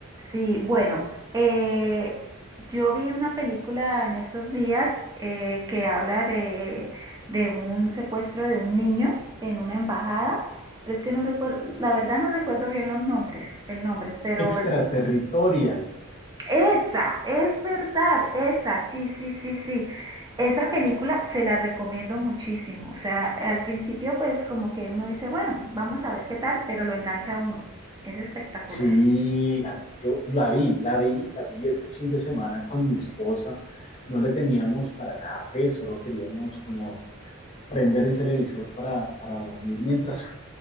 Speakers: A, on the right; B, on the left.
A: Sí, bueno, eh, yo vi una película en estos días eh, que habla de, de un secuestro de un niño en una embajada, pero es que no recuerdo, la verdad no recuerdo bien los nombres, el nombre, pero
B: Extraterritorial.
A: Esa, es verdad, esa, sí, sí, sí, sí. Esa película se la recomiendo muchísimo. O sea, al principio pues como que uno dice, bueno, vamos a ver qué tal, pero lo engancha a uno. Es espectacular.
B: Sí, a- yo la vi, la vi, la vi este fin de semana con mi esposa. No le teníamos para nada fe, solo queríamos como prender el televisor para, para dormir mientras,